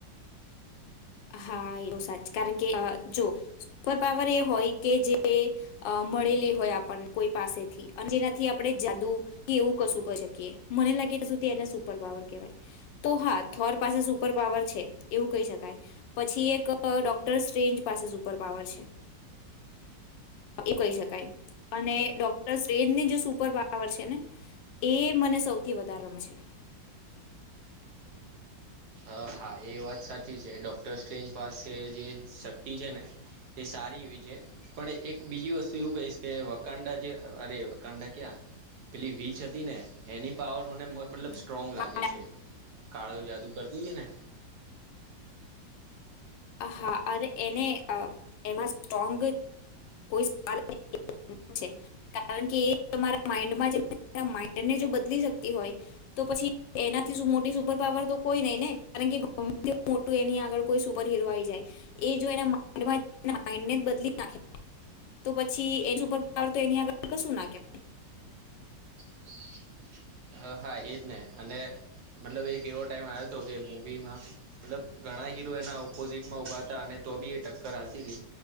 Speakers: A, on the left; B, on the right.
A: હા એ તો સાચ કારણ કે જો સુપર પાવર એ હોય કે જે અ મળેલી હોય આપણને કોઈ પાસેથી અને જેનાથી આપણે જાદુ કે એવું કશું કહી શકીએ મને લાગે સુધી એને સુપર પાવર કહેવાય. તો હા થોર પાસે સુપર પાવર છે એવું કહી શકાય. પછી એક અ ડોક્ટર ર્સટ્રેન્જ પાસે સુપર પાવર છે. એ કહી શકાય અને ડોક્ટર શ્રેનની જે સુપર પાવર છે ને. એ મને સૌથી વધારે રમ છે.
B: અ હા એ વાત સાચી છે ડોક્ટર સૅટ્રેન્જ પાસે જે શક્તિ છે ને એ સારી એવીજ હે. પણ એક બીજી વસ્તુ એવું કહીશ કે વકાંડા જે અરે વકાંડા ક્યાં પેલી વીચ હતી ને એની પાવર મને મતલબ
A: છે
B: સ્ટ્રોંગ લાગે છે કાળવ જાદુગર ઈ જ ને
A: હા અરે અ એને એમાં સ્ટ્રોંગ કોઈ સલ છે કારણ કે એ તમારા માઈન્ડ માઇન્ડ ને જો બદલી શકતી હોય તો પછી એનાથી શું મોટી સુપર પાવર તો કોઈ નઈ ને કારણ કે એવ મોટું એની આગળ કોઈ શું પર હીરો આઈ જાય એ જો એના માઈન્ડ માઈન્ડ ને જ બદલી નાખે તો પછી એ સુપર પાવર તો એની આગળ કશું ના કેવાય.
B: <inaudible> હા એજ ને અને મતલબ એક એવો ટાઈમ આયો તો કે મુવીમાં મતલબ ઘણા હીરો એના ઓપોઝિટ માં ઉભા તા અને તો બી એ ટક્કર હાલતી તી